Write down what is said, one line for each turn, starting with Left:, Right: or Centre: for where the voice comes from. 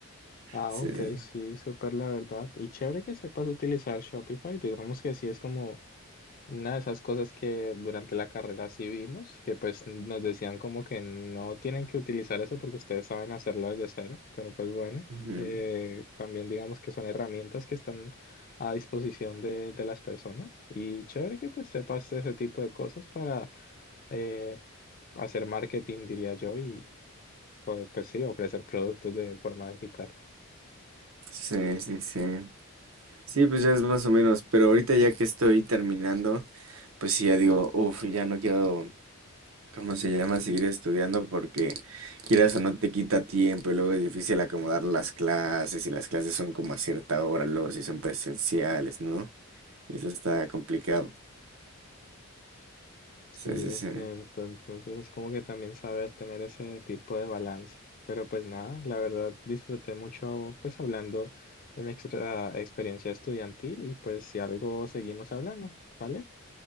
Left: Ah,
Right: Sí,
Left: ok,
Right: sí.
Left: sí, súper la verdad. Y chévere que sepas utilizar Shopify. Digamos que sí es como una de esas cosas que durante la carrera sí vimos, que pues nos decían como que no tienen que utilizar eso porque ustedes saben hacerlo desde cero, pero pues bueno,
Right: Ujú.
Left: eh, también digamos que son herramientas que están a disposición de, de las personas. Y chévere que pues sepas ese tipo de cosas para eh, hacer marketing, diría yo, y pues pues, sí, ofrecer productos de forma digital.
Right: Sí, sí, sí. Sí, pues ya es más o menos, pero ahorita ya que estoy terminando, pues sí, ya digo, uff, ya no quiero ¿Cómo se llama? Seguir estudiando porque quieras o no te quita tiempo y luego es difícil acomodar las clases y las clases son como a cierta hora, luego si son presenciales, ¿no? Y eso está complicado. Sí,
Left: Sí,
Right: sí,
Left: es
Right: sí.
Left: cierto. Entonces es como que también saber tener ese tipo de balance. Pero pues nada, la verdad disfruté mucho pues hablando de nuestra experiencia estudiantil y pues si algo seguimos hablando, ¿vale?